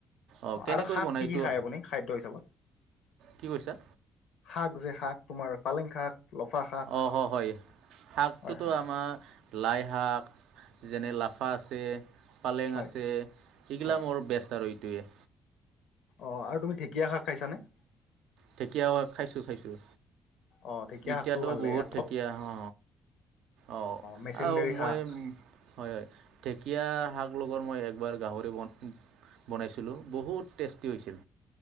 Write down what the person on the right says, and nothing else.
অঁ কেনেকৈ
বনায়
এইটো
কি কৈছা?
অ হয় হয় শাকটোতো
আমাৰ লাইশাক যেনে লাফা আছে পালেং
আছে এইগিলা
মোৰ বেষ্ট আৰু এইটোৱে
ঢেকীয়াও খাইছোঁ খাইছোঁ
এতিয়াত
বহুত ঢেকীয়া অ অ
আৰু
মই হয় হয় ঢে ঢেকীয়া শাক লগত মই একবাৰ গাহৰি বন বনাইছিলোঁ বহুত টেষ্টি হৈছিল